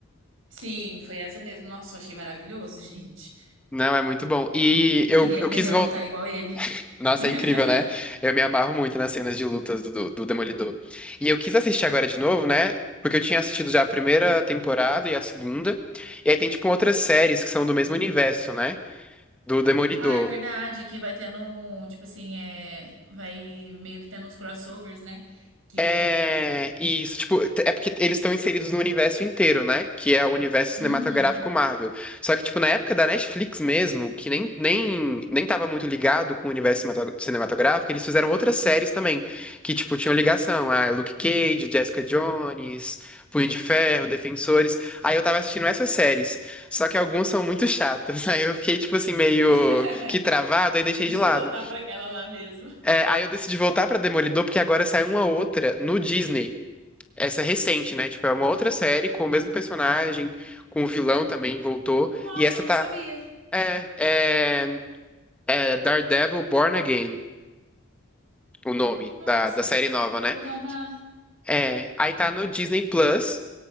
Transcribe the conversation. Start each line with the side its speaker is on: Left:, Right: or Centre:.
Right: Sim, foi essa mesmo. Nossa, eu achei maravilhoso, gente.
Centre: Não, é muito bom. E eu,
Right: Queria
Centre: eu
Right: aprender
Centre: quis
Right: a
Centre: voltar.
Right: lutar igual ele.
Centre: Nossa,
Right: <laughs>
Centre: é incrível, né? Eu me amarro muito nas cenas de lutas do, do do Demolidor. E eu quis assistir agora de novo, né? Porque eu tinha assistido já a primeira temporada e a segunda. E aí tem, tipo, outras séries que são do mesmo universo, né? do Demolidor.
Right: Ah, é verdade que vai tendo um, tipo assim, é, vai meio que tendo uns crossovers, né? Que.
Centre: É isso, tipo, t- é porque eles estão inseridos no universo inteiro, né? Que é o universo
Right: Uhum.
Centre: cinematográfico Marvel. Só que, tipo, na época da Netflix mesmo, que nem, nem, nem tava muito ligado com o universo cinematog- cinematográfico, eles fizeram outras séries também, que, tipo, tinham ligação. Ah, Luke Cage, Jessica Jones, Punho de Ferro, Defensores. Aí eu tava assistindo essas séries, só que algumas são muito chatas. <laughs> Aí eu fiquei, tipo assim, meio
Right: <laughs>
Centre: que travado, aí deixei
Right: Deixa
Centre: de lado.
Right: eu voltar pra aquela lá mesmo.
Centre: É, aí eu decidi voltar pra Demolidor, porque agora saiu uma outra no Disney. Essa é recente, né? Tipo, é uma outra série com o mesmo personagem, com o vilão também voltou.
Right: <laughs> Nossa,
Centre: E essa
Right: eu não
Centre: tá.
Right: sabia.
Centre: É, é, é Daredevil Born Again, o nome
Right: Nossa,
Centre: da, da série nova,
Right: eu
Centre: né?
Right: vou dar uma.
Centre: É, aí tá no Disney Plus.